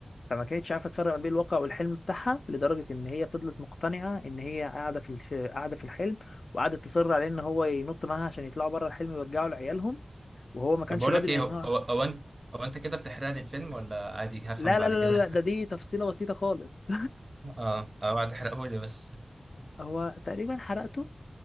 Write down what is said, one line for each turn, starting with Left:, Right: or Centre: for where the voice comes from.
Left: فما كانتش عارفه تفرق ما بين الواقع والحلم بتاعها لدرجه ان هي فضلت مقتنعه ان هي قاعده في الش- قاعده في الحلم وقعدت تصر عليه ان هو ينط معاها عشان يطلعوا بره الحلم ويرجعوا لعيالهم وهو ما كانش
Right: طب بقول
Left: راضي
Right: لك
Left: لان
Right: ايه هو هو
Left: هو
Right: هو انت هو انت كده بتحرق لي الفيلم ولا عادي هفهم
Left: لا
Right: بعد
Left: لا لا
Right: كده
Left: لا ده دي تفصيلة بسيطة خالص
Right: <laughs> اه اوعى تحرقه لي بس
Left: <laughs> هو تقريبا حرقته